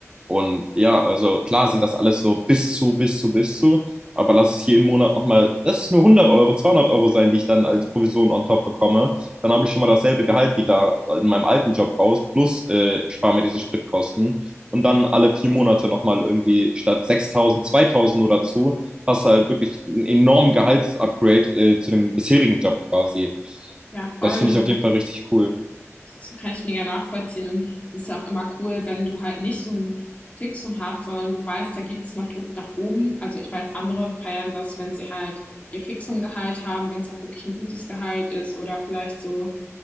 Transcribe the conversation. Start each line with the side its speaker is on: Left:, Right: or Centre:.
Right: und ja, also klar sind das alles so bis zu, bis zu, bis zu. Aber lass es jeden Monat nochmal, das ist nur hundert Euro, 200 Euro sein, die ich dann als Provision on top bekomme. Dann habe ich schon mal dasselbe Gehalt wie da in meinem alten Job raus, plus äh, spare mir diese Spritkosten. Und dann alle vier Monate nochmal irgendwie statt 6000 2000 oder so hast du halt wirklich einen enormen Gehaltsupgrade äh, zu dem bisherigen Job quasi.
Left: ja voll.
Right: Das finde ich auf jeden Fall richtig cool.
Left: Das kann ich mega nachvollziehen. Und es ist ja auch immer cool, wenn du halt nicht so ein Fixum hast, sondern du weißt, da gibt es noch Luft nach oben. Also ich weiß, andere feiern das, wenn sie halt ihr Fixum-Gehalt haben, wenn es auch wirklich ein gutes Gehalt ist oder vielleicht so